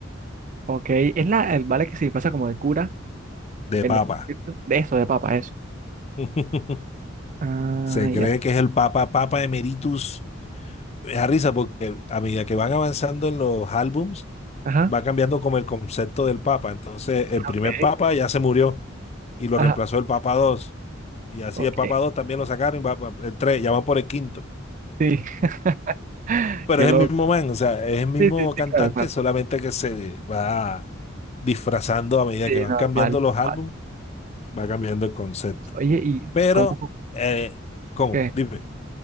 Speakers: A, on the right; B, on the left.
A: Ok, es la, el vale que se pasa como de cura
B: de
A: en
B: papa.
A: los conciertos. De eso, de papa, eso.
B: <laughs>
A: Ah,
B: Se
A: ya.
B: cree que es el papa, papa emeritus. Me da risa porque a medida que van avanzando en los álbums,
A: Ajá.
B: va cambiando como el concepto del Papa. Entonces, el primer
A: Ok.
B: Papa ya se murió y lo
A: Ajá.
B: reemplazó el Papa dos Y así
A: Ok.
B: el Papa 2 también lo sacaron y va, va- el tres ya van por el quinto.
A: Sí. <laughs>
B: Pero
A: Qué
B: es
A: loco.
B: el mismo man, o sea, es el mismo
A: Sí, sí, sí,
B: cantante,
A: claro, claro.
B: solamente que se va disfrazando a medida
A: Sí,
B: que van
A: normal,
B: cambiando los
A: normal.
B: álbumes, va cambiando el concepto.
A: Oye, ¿y
B: Pero,
A: cómo?
B: eh, ¿cómo?
A: ¿Qué?
B: Dime,